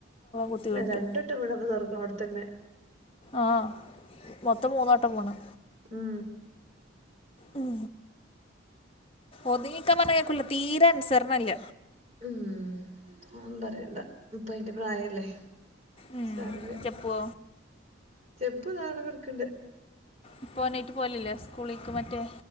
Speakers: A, on the left; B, on the right.
A: കുത്തി വീണിട്ട്
B: പി രണ്ടട്ട് വീണപ്പ തീറക്കണ അവിടത്തന്നെ
A: ആഹ് മൊത്തം മൂന്നോട്ടം പോണ്
B: ഉം
A: ഉം ഒതുങ്ങിക്കാൻ പറഞ കേക്കല്ല തീരെ അനുസരണല്ല
B: ഉം ആഹ് പറ എന്താ ഇപ്പ അയിന്റെ പ്രായല്ലേ
A: ഉം
B: സാരല്യ
A: ചെപ്പോ
B: ചെപ്പ് നാടക എടുക്കണ്ട്
A: ഇപ്പ ഒെന്നയിട്ട് പോലില്ലേ സ്കൂളേക്ക് മറ്റേ